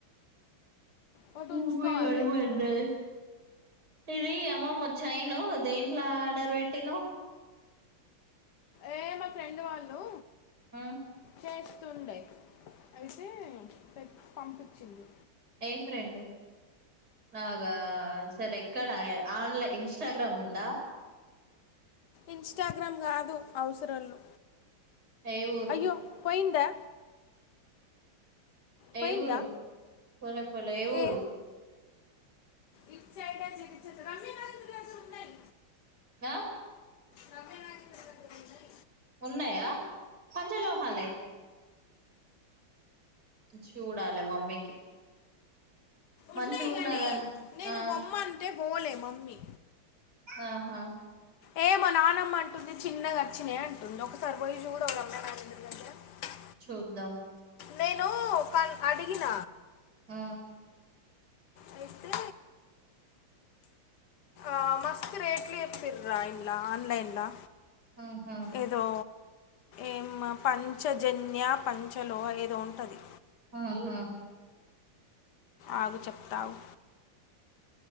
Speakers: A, on the left; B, on the right.
A: ఒకటి
B: నువ్వు
A: ఉంచుకోవాలి
B: పోయి <unintelligible> ఇది అమ్మమ్మ చ్చైను దేంట్లో ఆర్డర్ పెట్టినవ్?
A: ఏ మా ఫ్రెండు వాళ్ళు
B: మ్మ్
A: చేస్తుండే అయితే పంపించింది
B: ఏ ఫ్రెండు నాగా సరే ఎక్కడ ఆన్లైన్ ఇన్స్టాగ్రామ్ ఉందా
A: ఇన్స్టాగ్రామ్ కాదు అవసరాలు
B: ఏ ఊరు
A: అయ్యో పోయిందా పోయిందా
B: ఏ ఊరు పోలేపోలే ఊరు
A: ఏ ఇటు సైడే <unintelligible> <unintelligible> రమ్య గాజులు <unintelligible> ఉన్నాయి
B: నా
A: నవ్య గాజులు <unintelligible>
B: ఉన్నాయా పంచలేవ్ మళ్ళీ చూడాల మమ్మీకి మంచి
A: ఉన్నాయి
B: ఉన్నదం
A: కానీ నేను
B: ఆ
A: బోమ్మన్ టే బోలే మమ్మీ
B: ఆహా
A: ఏ మా నానమ్మ అంటుంది చిన్నగా వచ్చినాయ్ అంటుంది ఒక సారి పొయ్ చూడవురమ్మా మా <unintelligible>
B: చూద్దాం
A: నేను క అడిగిన
B: ఆ
A: అయితే ఆ మస్త్ రేట్లు చెప్పిర్ర ఇండ్ల ఆన్లైన్లా
B: ఆహా
A: ఏదో ఏం పంచజన్య పంచలో ఏదో ఉంటది
B: ఆహా
A: ఆగు చెప్ తావ్